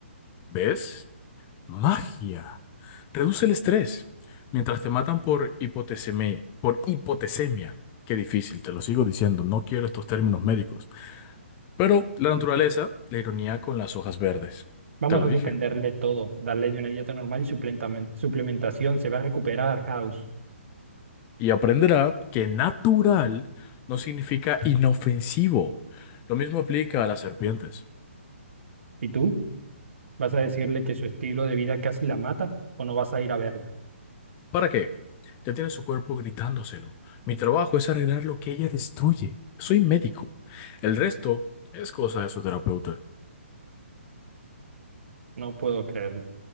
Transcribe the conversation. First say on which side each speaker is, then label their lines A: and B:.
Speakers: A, on the left; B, on the right.
A: ¿Ves? Magia. Reduce el estrés. Mientras te matan por hipotesemia, por hipotesemia. Qué difícil, te lo sigo diciendo, no quiero estos términos médicos. Pero la naturaleza, la ironía con las hojas verdes.
B: Vamos
A: Te lo
B: a
A: dije.
B: suspenderle todo, darle de una dieta normal y suplementamen- suplementación. Se va a recuperar, House.
A: Y aprenderá que natural no significa inofensivo. Lo mismo aplica a las serpientes.
B: ¿Y tú? ¿Vas a decirle que su estilo de vida casi la mata o no vas a ir a verla?
A: ¿Para qué? Ya tiene su cuerpo gritándoselo. Mi trabajo es arreglar lo que ella destruye. Soy médico. El resto es cosa de su terapeuta.
B: No puedo creerlo.